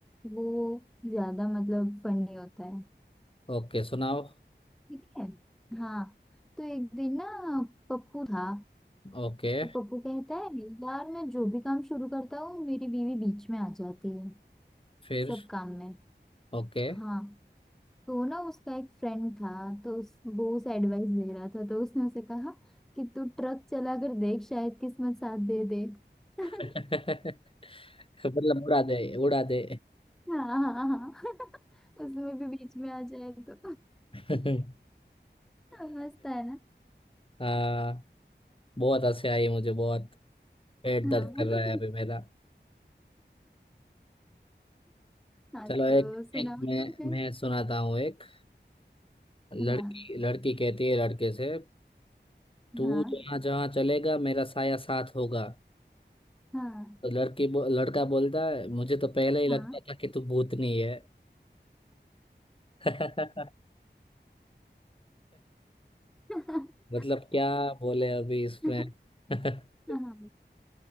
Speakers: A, in the centre; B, on the left.
A: वो ज्यादा मतलब फनी होता है
B: ओके सुनाओ
A: ठीक है हाँ तो एक दिन ना पप्पू था
B: ओके
A: तो पप्पू कहता है यार मैं जो भी काम शुरू करता हूँ मेरी बीवी बीच में आ जाती है
B: फिर
A: सब काम में
B: ओके
A: हाँ तो ना उसका एक फ्रेंड था तो उस वो उसे एडवाइस दे रहा था तो उसने उसे कहा कि तू ट्रक चला कर देख शायद किस्मत साथ दे दे <laughs>
B: <laughs> मतलब उड़ा दे उड़ा दे
A: हाँ हाँ हाँ <laughs> उसमें भी बीच में आ जाए तो
B: <laughs>
A: <laughs> मस्त है ना
B: हाँ बहुत हंसी आई मुझे बहुत पेट
A: हाँ
B: दर्द
A: <laughs>
B: कर रहा है अभी मेरा
A: हाँ
B: चलो एक
A: तो सुनाओ
B: एक मैं
A: तो फिर
B: मैं सुनाता हूँ एक लड़की
A: हाँ
B: लड़की कहती है लड़के से तू
A: हाँ
B: जहाँ जहाँ चलेगा मेरा साया साथ होगा
A: हाँ
B: तो लड़की बो, लड़का बोलता है मुझे तो पहले ही लगता
A: हाँ
B: था कि तू भूतनी है <laughs>
A: <laughs>
B: मतलब क्या बोले अभी इसमें
A: हाँ,
B: <laughs> अभी
A: हाँ।